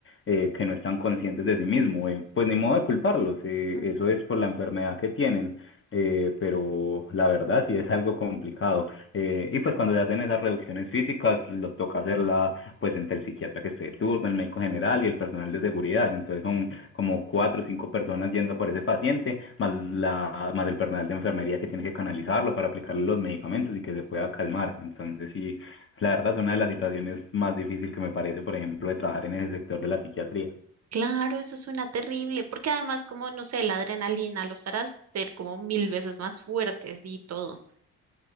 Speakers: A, on the left (about 30°); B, on the right (about 40°).
A: eh, que no están conscientes de sí mismos. eh, Pues ni modo de culparlos, eh,
B: Ujú.
A: eso es por la enfermedad que tienen eh, pero la verdad sí es algo complicado. Eh, y pues cuando se hacen esas reducciones físicas, lo toca hacerla pues entre el psiquiatra que esté de turno, el médico general y el personal de seguridad. Entonces son como cuatro o cinco personas yendo por ese paciente, más, la, más el personal de enfermería que tiene que canalizarlo para aplicarle los medicamentos y que se pueda calmar. Entonces sí, la verdad es una de las situaciones más difíciles que me parece, por ejemplo, de trabajar en ese sector de la psiquiatría.
B: Claro, eso suena terrible, porque además como, no sé, la adrenalina los hará ser como mil veces más fuertes y todo.